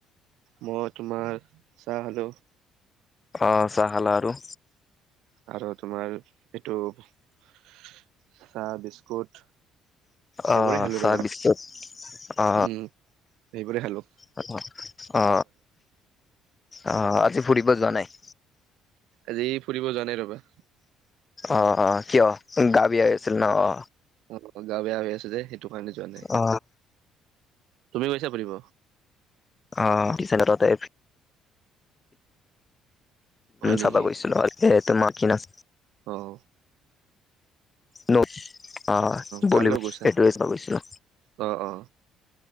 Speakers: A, on the right (about 75°); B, on the left (about 15°).
A: মই তোমাৰ, চাহ খালোঁ।
B: অ, চাহ খালা আৰু।
A: আৰু তোমাৰ, এইটো চাহ বিস্কুট।
B: অ,
A: এইবোৰে খালো
B: চাহ
A: ৰ'বা
B: বিস্কুট অ,
A: উম এইবোৰে খালোঁ।
B: অ, অ, অ, আজি ফুৰিব যোৱা নাই।
A: আজি ফুৰিব জানাই ৰ'বা।
B: অ, অ, কিয় গা বিয়া আছিল ন, অ,
A: অ, গা বেয়া হৈ আছে যে, সেইটো কাৰণে যোৱা নাই,
B: অ
A: তুমি গৈছা ফুৰিব?
B: অ, <inaudible>
A: হয় নেকি
B: চাবা গৈছিলো, আৰু তোমাক কি নাছিল।
A: অ,
B: ন, অ, বল
A: কাৰ লগত গৈছা?
B: এইটোৱে ভাবিছিলো।
A: অ, অ,